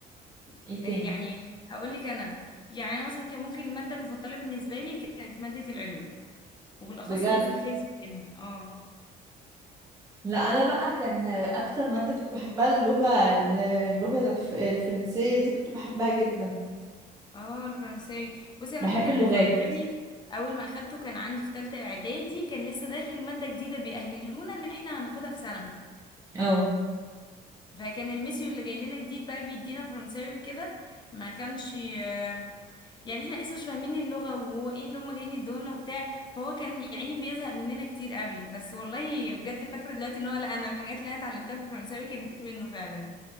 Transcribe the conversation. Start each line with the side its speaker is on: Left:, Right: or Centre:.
Right: ايه تاني
Left: آه، يعني هقول لك انا يعني انا مثلا كان ممكن المادة المفضلة بالنسبة لي كانت مادة العلوم وبالاخص
Right: بجد
Left: جزء الفيزياء منها اه
Right: لا انا بقى كان اكتر ماده كنت بحبها اللغه اللغه الف- الفرنسيه دي كنت بحبها جدا
Left: اه الفرنساوي بصي
Right: بحب
Left: انا فاكره
Right: اللغات
Left: ان الفرنساوي اول ما اخدته كان عندي في ثالثه اعدادي كان لسه داخل ماده جديده بيأهلونا ان احنا هناخدها في ثانوي
Right: اه
Left: فكان الميسيو اللي جاي لنا جديد بقى بيدينا فرنساوي وكده ما كانش آه، يعني احنا لسه مش فاهمين اللغه وهو ايه اللي هما جايين يدونا وبتاع فهو كان يعني بيزهق مننا كتير قوي بس والله بجد فاكره دلوقتي ان هو لا انا الحاجات اللي انا اتعلمتها في الفرنساوي كانت منه فعلا